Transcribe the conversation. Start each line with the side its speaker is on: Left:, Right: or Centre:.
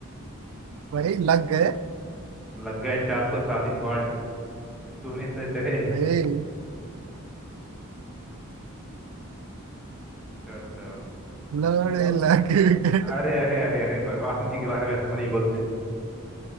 Right: वही लग गए
Centre: लग गए चार सौ चालीस वाट छूने से तेरे
Right: भाई
Centre: अच्छा अच्छा
Right: लड़
Centre: देखो
Right: लग गए।
Centre: अरे अरे अरे अरे भगवान जी के बारे में ऐसा नहीं बोलते